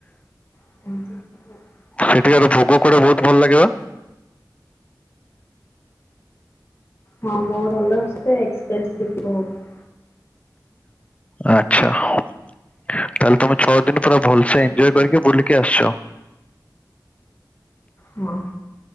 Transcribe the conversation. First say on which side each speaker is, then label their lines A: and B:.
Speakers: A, on the left; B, on the left.
A: ଆ
B: ସେଠିକାର ଭୋଗ କୁ ବହୁତ ଭଲ ଲାଗିବ।
A: ହଁ ବହୁତ ଭଲସେ ଏକ୍ସପେନସିଭ ବହୁତ
B: ଆଛା ତାହଲେ ତମେ ଛଅ ଦିନ ପୁରା ଭଲସେ
A: ହୁଁ।
B: ଏଞଜୟ କରିକି ବୁଲିକି ଆସିଛ।
A: ହଁ।